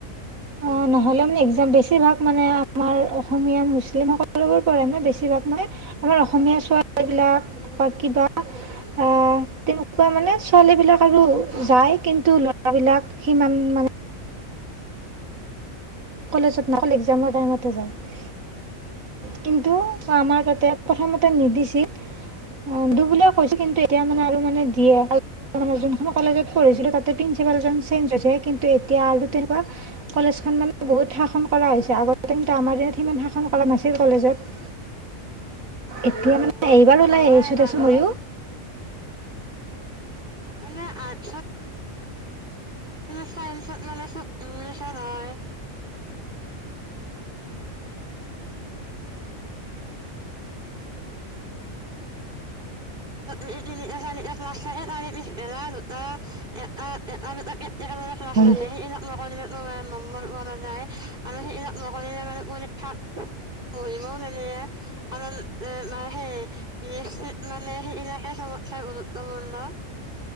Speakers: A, on the right; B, on the right.
A: হয়
B: অ' নহ'লেও মানে এক্সাম বেছ বেছিভাগ মানে আমাৰ অসমীয়া মুছলিম সকলোবোৰ পঢ়ে নহ বেছিভাগ মানে। আমাৰ অসমীয়া ছোৱালী বিলাক বা কিবা।
A: <inaudible>
B: আহ তেনেকুৱা মানে ছোৱালী বিলাক আৰু যায় কিন্তু ল'ৰা বিলাক সিমান মানে। কলেজত অকল এক্সামৰ টাইমত হে যায়। কিন্তু আমাৰ তাতে প্ৰথমতে নিদিছিল। অ' নিদিও বুলিয়েই কৈছে কিন্তু এতিয়া মানে আৰু মানে দিয়ে। যোনখন কলেজত পঢ়িছিলো তাতে প্ৰিন্সিপালজন চেঞ্জ হৈছে, কিন্তু এতিয়া আৰু তেনেকুৱা কলেজখন মানে বহুত শাসন কৰা হৈছে আগতে কিন্তু আমাৰ ইয়াত সিমান শাসন কৰা নাছিল কলেজত। এতিয়া
A: হয়
B: মানে এইবাৰ ওলাই
A: হয়
B: আহিছো
A: মানুহ
B: দেচোন মইও।
A: <unintelligible> কিন্তু চাইন্সত মানে চব ইংলিছত হয়। <unintelligible> <unintelligible> <unintelligible> <unintelligible>
B: হয়
A: <unintelligible> <unintelligible> <unintelligible>